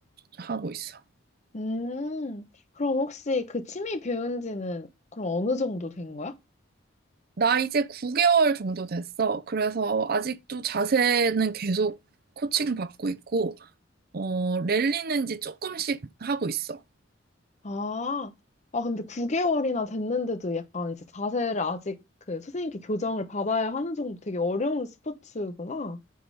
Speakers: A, on the right (about 50°); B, on the left (about 35°).
A: 하고 있어.
B: 음, 그럼 혹시 그 취미 배운 지는 그럼 어느 정도 된 거야?
A: 나 이제 9개월 정도 됐어. 그래서 아직도 자세는 계속 코칭 받고 있고 어, 랠리는 이제 조금씩 하고 있어.
B: 아, 아, 근데 9개월이나 됐는데도 약간 이제 자세를 아직 그 선생님께 교정을 받아야 하는 정도 되게 어려운 스포츠구나.